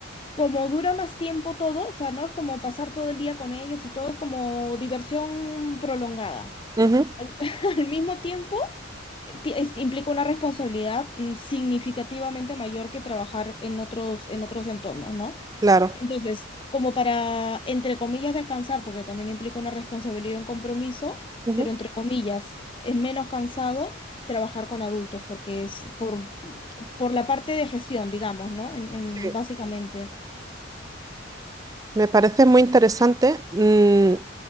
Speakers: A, on the left; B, on the right.
A: como dura más tiempo todo, o sea, no es como pasar todo el día con ellos y todo es como diversión prolongada.
B: Ujú,
A: Al, <laughs> al mismo tiempo, eh, ti- es- implica una responsabilidad mm, significativamente mayor que trabajar en otros, en otros entornos, ¿no?
B: Claro.
A: Entonces, como para, entre comillas, descansar, porque también implica una responsabilidad y un compromiso,
B: Ujú,
A: pero entre comillas, es menos cansado trabajar con adultos, porque es por, por la parte de gestión, digamos, ¿no? En, en-
B: Sí.
A: básicamente.
B: Me parece muy interesante. Mm,